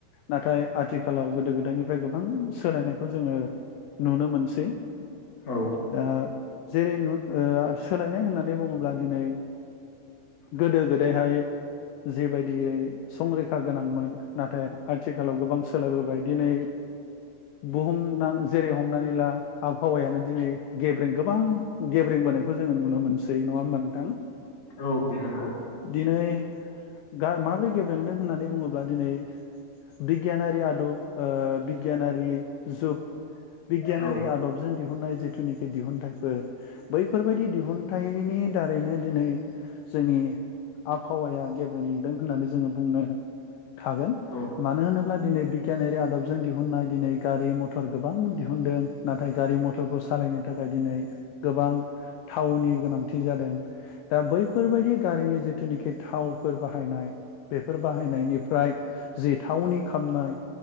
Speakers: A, on the left; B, on the left.
A: नाथाय आथिखा खालाव गोदो गोदायनिफ्राय गोबां सोलायनायखौ जोङो नुनो मोनसै
B: औ
A: दा जेरै ओ सोलायनाय होननानै बुङोब्ला दिनै गोदो गोदायहाय जेबायदियै संरैखा गोनांमोन नाथाय आथिखालाव गोबां सोलायबोबाय दिनै बुहुमनां जेरै हमनानै ला आबहावायानो दिनै गेब्रें गोबां गेब्रें बोनायखौ जोङो नुनो मोनसै नङा होमबा नोंथां
B: औ नंगौ
A: दिनै दा माब्रै गेबे गेब्रेंदों होननानै बुङोब्ला दिनै बिगियानारि आदब ओ बिगियानारि जुग बिगियानारि
B: औ
A: आदबजों दिहुननाय जिथुनाखि दिहुुनथाइफोर बैफोरबायदि दिहुन थायनि दारैनो दिनै जोंनि आबहावाया गेब्रेंदों होननानै जोङो बुंनो थागोन
B: औ
A: मानो होनोब्ला दिनै बिगियानारि आदबजों दिहुननाय दिनै गारि मटर गोबां दिहुनदों नाथाय गारि मटरफोर सालायनो थाखाय दिनै गोबां थावनि गोनांथि जादों दा बैफोरबायदि गारिनि जिथुनाखि थावफोर बाहायनाय बेफोर बाहायनायनिफ्राय जि थावनि खामनाय